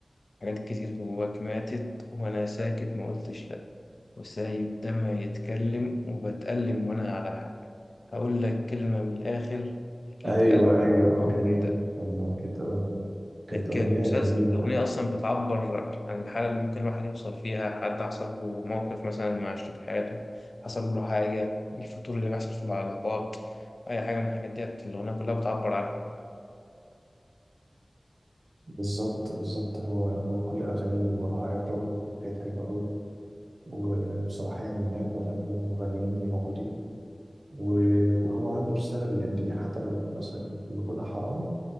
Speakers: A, on the left; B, on the right.
A: حاجات كتير جواك ماتت وأنا ساكت ما قلتش لأ وسايب دمعي يتكلم وبتألم وأنا على حق هقول لك كلمة من الآخر أكيد
B: ايوه
A: قلبي
B: ايوه
A: عمره
B: اه جميل
A: ما
B: آه، كانت أغنية- كانت اغنيه
A: كان مسلسل
B: جميله
A: الأغنية أصلا بتعبر عن الحالة اللي ممكن الواحد يوصل فيها حد حصل له موقف مثلا مع شريك حياته حصل له حاجة الفتور اللي بيحصل في العلاقات أي حاجة من الحاجات ديت الأغنية كلها بتعبر عنها
B: بالظبط بالظبط هو هو كل أغانيه وراها عبرة وحاجات حلوة أوي وبصراحة يعني من أجمل أجمل المغنيين اللي موجودين و- وهو عنده رسالة بيأديها حتى لو مثلا يقولها حرام